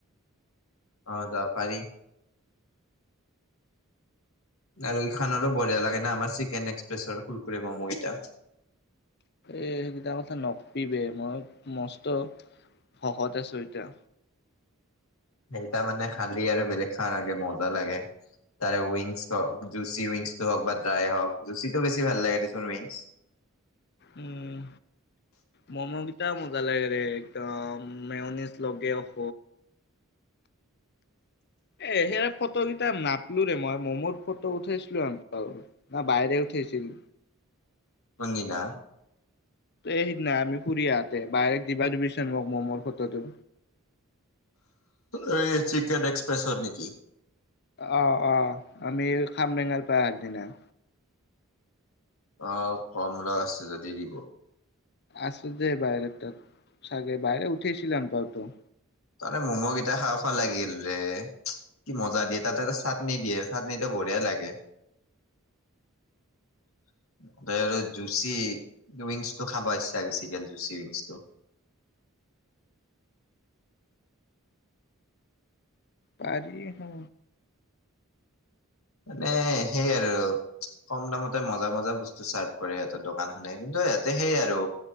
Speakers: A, on the left; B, on the left.
A: হব দা পাৰী আৰু ইখানৰো বঢিয়া লাগেনা আামাৰ চিকেন এক্সপ্ৰেছৰ কুৰকুৰে মমো কেইটা।
B: এ সেইকেইটা কথা নকবি বে মই মস্ত ভকত আছো এতিয়া।
A: সেই তা মানে খালী আৰু বেলেগ খাবা নালগে মজা লাগে। তাৰে উইংছ হওক জুচি উইংছটো হওক বা ড্ৰাই হওক জুচি টো বেছি ভাল লাগে দেচোন উইংছ।
B: উম মমকেইটা মজা লাগে ৰে একদম মেয়নিজ লগে অক এ সেৰা ফটো কেইটা নাপলো ৰে মই মোমোৰ ফটো উঠাইছিলো‌ সেন পাও না বাইৰে উঠেছিল
A: কোনদিনা
B: এই সিদিনা আমি ফুৰি আহাতে বাইৰেক দিবা দিবিচোন মোক মোমোৰ ফটোটো
A: এই চিকেন এক্সপ্ৰেছত নিকি
B: অ অ আমি খামৰেঙাৰ পৰা‌ অহা আগদিনা
A: অ কম ৰ আছে যদি দিব
B: আছে দে বাইৰেৰ তাত চাগে বাইৰে উঠিছিলা যেন পাও ত
A: তাৰে ম'ম' কেইটা খাওঁ খাওঁ লাগিল ৰে। কি মজা দিয়ে তাতে এটা চাটনি দিয়ে চাটনিটো বঢ়িয়া লাগে। <unintelligible> ত আৰু জুচি উইংছটো খাব ইচ্ছা গৈছে বেছিকে জুচি উইংছটো
B: পাৰি হ,
A: মানে সেই আৰু, কম দামতে মজা মজা বস্তু চাৰ্ভ কৰে আৰু সিহঁতৰ দোকানখনে কিন্তু ইয়াতে হেই আৰু,